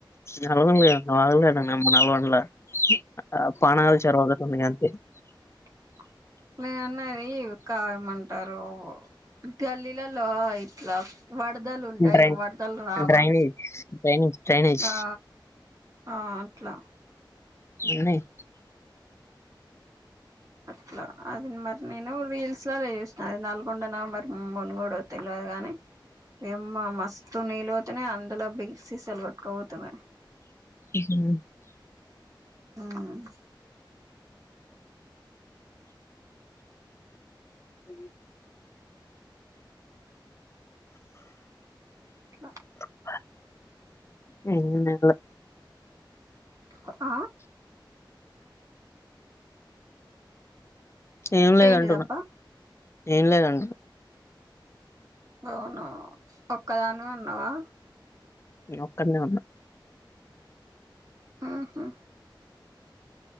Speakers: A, on the left; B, on the right.
A: నల్గొండ లో ఏవైనా వాగులు ఏమోనాకవపడల నల్గొండ ఆ పాణలు చెరవొకటి ఉంది అది
B: <inaudible> నేనన్నది కావమంటారు గల్లీలలో ఇట్లా వరదలు ఉంటాయి
A: డ్రై
B: వరదలు రావా
A: డ్రైనేజ్ డ్రైనేజ్ డ్రైనేజ్
B: ఆ ఆ అట్లా
A: ఉన్నాయి
B: అట్లా అది మరి నేను రీల్స్ లో చూషినా అది నల్గొండ నా మరి మునుగొడొ తెల్వదు గానీ యమ్మ మస్తు నీళ్లు పోతునయ్ అందులో బీర్ సీసాలు కొటుకపోతున్నాయ్
A: ఉమ్
B: హుమ్
A: అ
B: అట్ల
A: <unintelligible>
B: తప్పా..
A: ఏం లేదంటున్నా
B: ఏంటిదబ్బా
A: ఏం లేదంటున్నా
B: అవును ఒక్కదానివి ఉన్నావా
A: నె ఒక్కడనే ఉన్నా
B: మ్ హుమ్మ్